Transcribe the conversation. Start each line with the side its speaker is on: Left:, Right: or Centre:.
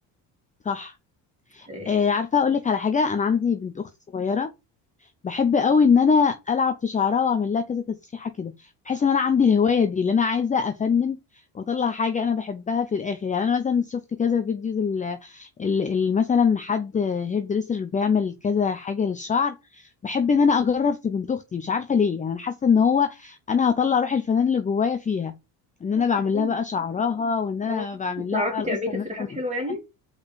Left: صح
Right: آه،
Left: آه، عارفة اقول لك على حاجة انا عندي بنت اخت صغيرة بحب قوي ان انا العب في شعرها واعمل لها كذا تسريحه كده بحس ان انا عندي الهوايه دي اللي انا عايزه افنن واطلع حاجه انا بحبها في الاخر يعني انا مثلا شفت كذا فيديوز ال ال ال- مثلا حد هير دريسر اللي بيعمل كذا حاجه للشعر بحب ان انا اجرب في بنت اختي مش عارفه ليه يعني انا حاسه ان هو انا هطلع روح الفنان اللي جوايا فيها ان انا
Right: طب
Left: بعمل
Right: كويس.
Left: لها بقى شعرها وان انا
Right: آه،
Left: بعمل
Right: بتعرفي
Left: لها بقى
Right: تعملي
Left: القصه
Right: تسريحات
Left: الناس اللي
Right: حلوه
Left: قدام
Right: يعني